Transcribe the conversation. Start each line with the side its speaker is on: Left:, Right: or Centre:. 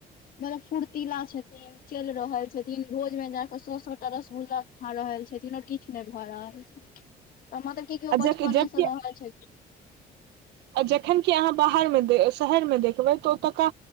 Left: मतलब फुर्तिला छथिन। चलि रहल छथिन रोज में जा कऽ सए सए टा रसगुल्ला खा रहल छथिन आर किछु नहि भऽ रहल छै हममा त की केओ बचपने
Right: जबकि
Left: से रहल छै।
Right: आ जखन की अहाँ बाहरमे शहरमे देखबै तऽ ओतुका